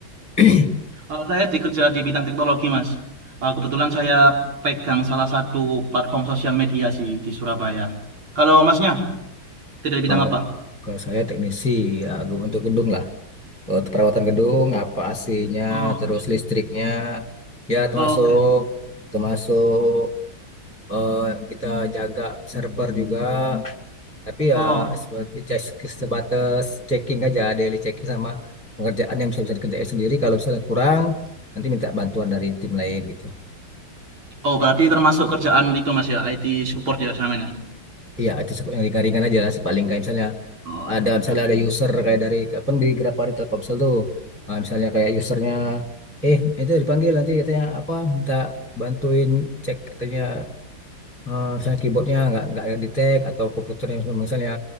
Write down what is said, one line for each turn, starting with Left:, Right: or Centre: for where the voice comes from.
Centre: <clears throat>
Right: Eh, saya dikerja di bidang teknologi Mas. Eh, kebetulan saya pegang salah satu platform sosial media sih di Surabaya. Kalau Masnya kerja di
Centre: Kalau
Right: bidang apa?
Centre: kalau saya teknisi ya, gu- untuk gedung lah, Eh, perawatan gedung, apa AC-nya,
Right: Oh,
Centre: terus
Right: Oke,
Centre: listriknya, ya termasuk
Right: Oke.
Centre: termasuk eh, kita jaga server juga. Tapi ya
Right: Oh,
Centre: seperti cek- sebatas checking aja, daily checking sama pengerjaan yang bisa bisa dikerjain sendiri. Kalau misalnya kurang, nanti minta bantuan dari tim lain gitu.
Right: oh berarti termasuk kerjaan itu Mas ya, IT support ya sama ya.
Centre: Iya, itu sep- yang ringan-ringan aja lah. Sepaling kayak misalnya
Right: Oh,
Centre: ada
Right: ringan-ringan.
Centre: misalnya ada user kayak dari kapan di Grapari Telkomsel tuh, ah, misalnya kayak usernya, eh itu dipanggil nanti katanya apa minta bantuin cek katanya eh, misalnya keyboardnya nggak nggak di tag atau komputernya misalnya, misalnya